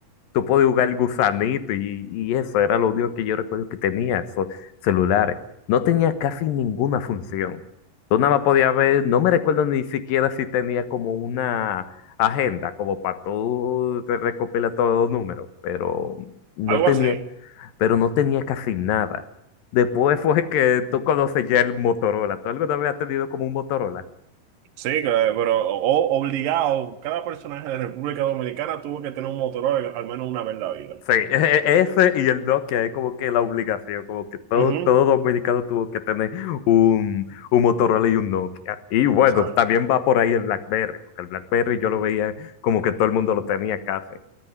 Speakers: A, on the left; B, on the right.
A: Tú podías jugar el gusanito y, y eso era lo único que yo recuerdo que tenía, esos celulares. No tenía casi ninguna función. Tú nada más podías ver, no me recuerdo ni siquiera si tenía como una agenda, como para tú te recopilar todos los números, pero no
B: Algo
A: tenía,
B: así.
A: pero no tenía casi nada. Después fue que tú conoces ya el Motorola. ¿Tú alguna vez has tenido como un Motorola?
B: Sí, claro, pero o- obligado, cada personaje de República Dominicana tuvo que tener un Motorola al menos una vez en la vida.
A: Sí, <laughs> e- e- ese y el Nokia es como que la obligación, como que todo,
B: Ujú.
A: todo dominicano tuvo que tener un, un Motorola y un Nokia. Y bueno,
B: ¿sabes?
A: también va por ahí el BlackBerry, porque el BlackBerry yo lo veía como que todo el mundo lo tenía casi.